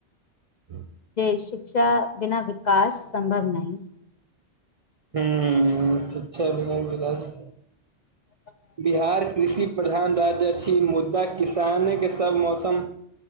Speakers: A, on the right; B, on the left.
A: ह <inaudible>
B: शिक्षा बिना विकास संभव नहि
A: हूँ शिक्षा बिना बिकास
B: ह <inaudible>
A: बिहार कृषि प्रधान राज्य अछि मुदा किसानेके सब मौसम